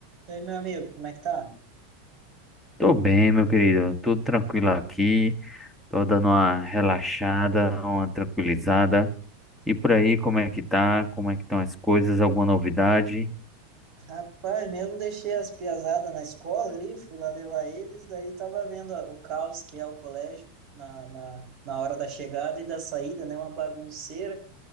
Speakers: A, on the right; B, in the centre.
A: E aí, meu amigo, como é que tá?
B: Tô bem, meu querido. Tudo tranquilo aqui. Tô dando uma relaxada, uma tranquilizada. E por aí, como é que tá? Como é que estão as coisas? Alguma novidade?
A: Rapaz, mesmo deixei as piazadas na escola ali, fui lá levar eles, daí tava vendo ó, o caos que é o colégio na, na, na hora da chegada e da saída, né? Uma bagunceira.